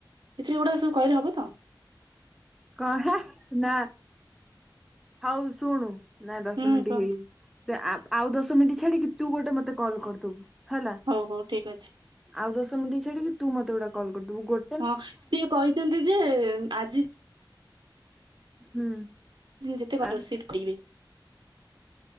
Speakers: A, on the right; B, in the centre.
A: ଏଥିରେ ଏଗୁଡ଼ା ସବୁ କହିଲେ ହବ ତ।
B: କଣ ନା ହଉ ଶୁଣୁ। ନାଇଁ ଦଶ
A: ହୁଁ
B: ମିନିଟ୍
A: ତ
B: ହେଇନି ସେ ଆଉ ଦଶ ମିନିଟ୍ ଛାଡିକି ତୁ ଗୋଟେ ମତେ କଲ୍ କରିଦବୁ। ହେଲା।
A: ହଉ ହଉ ଠିକ ଅଛି।
B: ଆଉ ଦଶ ମିନିଟ ଛାଡିକି ତୁ ମତେ ଗଟା କଲ କରିଦେବୁ ଗୋ
A: ହଁ ସିଏ କହିଛନ୍ତି ଯେ ଆଜି
B: ହୁଁ।
A: ଯେତେ କ
B: ଆ
A: ରୋସିପ୍ଟ ପିବେ।